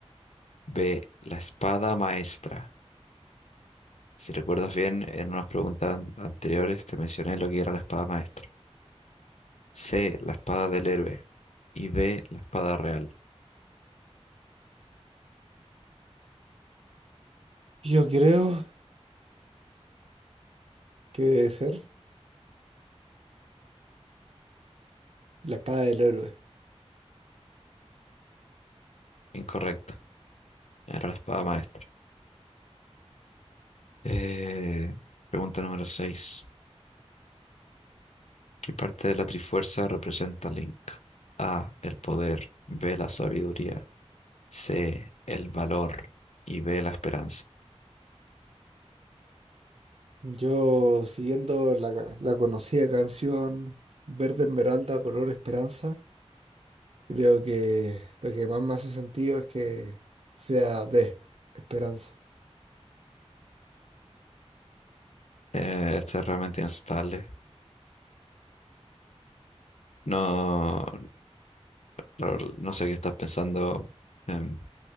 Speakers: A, on the left (about 80°); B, on the right (about 65°).
A: B, la espada maestra. Si recuerdas bien, en unas preguntas an- anteriores te mencioné lo que era la espada maestra. C, la espada del héroe. Y D, la espada real.
B: Yo creo que debe ser la espada del héroe.
A: Incorrecto, era la espada maestra. Eh, pregunta número 6. ¿Qué parte de la Trifuerza representa Link? A, el poder. B, la sabiduría. C, el valor. Y D, la esperanza.
B: Yo, siguiendo la, ca- la conocida canción Verde Esmeralda, Color Esperanza, creo que lo que más me hace sentido es que sea de Esperanza.
A: Eh, este es realmente inaceptable. No, no, la no sé qué estás pensando. em,